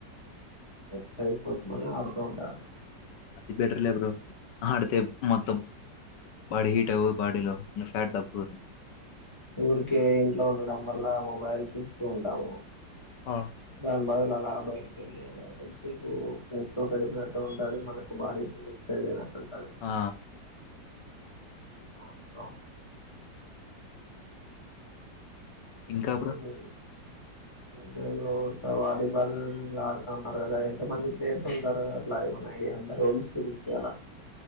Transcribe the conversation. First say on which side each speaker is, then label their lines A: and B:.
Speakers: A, on the left; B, on the left.
A: ఎక్సర్సైజ్ కోసమని ఆడుతూ ఉంటన
B: అది బెటర్లే బ్రో ఆడితే మొత్తం బాడీ హీట్ అవ్వు బాడీలో ఫ్యాట్ తగ్గుతుంది
A: ఊరికే ఇంట్లో ఉండడం వల్ల ఓ వారిని చూస్తూ ఉంటాము.
B: ఆఫ్
A: దాని బదులు అలా బయటకి వెళ్ళి అలా కాన్సేపు ఫ్రెండ్స్ తో గడిపినట్టు ఉంటాది. మనకు బాడీకి ఎక్సర్సైజలా ఉంటది కదా
B: ఆ
A: అవును బ్రో
B: ఇంకా
A: అవును
B: బ్రో
A: అంతే బ్రో వాలీబాల్ ఆడుతాన్నారు కదా ఎంత మంది ప్లేయర్స్ ఉంటారు. అట్లా ఏమన్నా ఐడి ఎంత లోన్స్ గురించి అలా